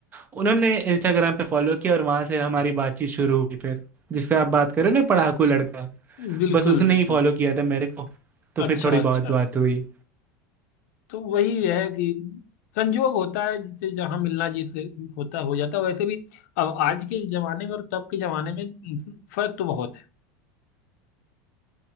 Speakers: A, on the right; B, on the left.
A: उन्होंने इंस्टाग्राम पे फॉलो किया और वहां से हमारी बातचीत शुरू हुई फिर जिससे आप बात करें ना पढ़ाकू लड़का
B: है बिल्कुल
A: बस उसने
B: बिल्कुल
A: ही फॉलो किया था मेरे को तो फिर
B: अच्छा
A: थोड़ी बहुत
B: अच्छा अच्छा।
A: बात हुई
B: तो वही है कि संजोग होता है जिससे जहाँ मिलना जिससे होता हो जाता है वैसे भी अब आज के जमाने में और तब के जमाने में फर्क तो बहुत है